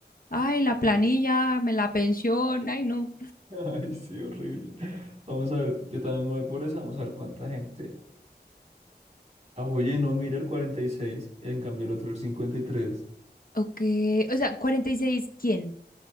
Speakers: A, on the left; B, on the right.
A: ay, la planilla, me la pensión, ay, no.
B: <laughs> Ay, sí, horrible. Vamos a ver, yo también me voy por esa, vamos a ver cuánta gente. Ah, oye, no, mira el cuarenta y seis. en cambio el otro el cincuenta y tres.
A: Ok, o sea, 46, ¿quién?